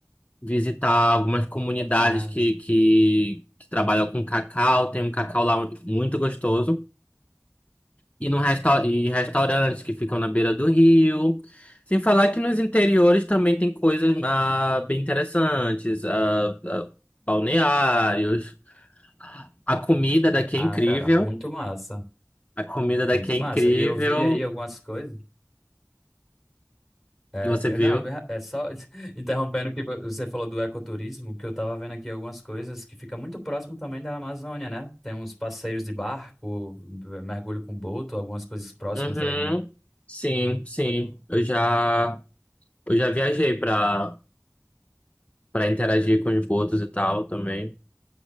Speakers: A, on the left (about 25°); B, in the centre.
A: visitar algumas comunidades
B: Ah,
A: que, que, que trabalham com cacau. Tem um cacau lá muito gostoso. E, no resta e restaurantes que ficam na beira do rio. Sem falar que nos interiores também tem coisas ah, bem interessantes. ah, ah, balneários. A comida daqui
B: ah,
A: é incrível.
B: cara, muito massa.
A: A comida daqui
B: Muito
A: é
B: massa.
A: incrível.
B: E eu vi aí algumas coisas. É,
A: E Você
B: é,
A: viu?
B: Não, é só <laughs> interrompendo o que você falou do ecoturismo, que eu tava vendo aqui algumas coisas que fica muito próximo também da Amazônia, né? Tem uns passeios de barco, mergulho com boto, algumas coisas próximas
A: Uhum.
B: daí, né?
A: Sim, sim. Eu já, eu já viajei para para interagir com os botos e tal também.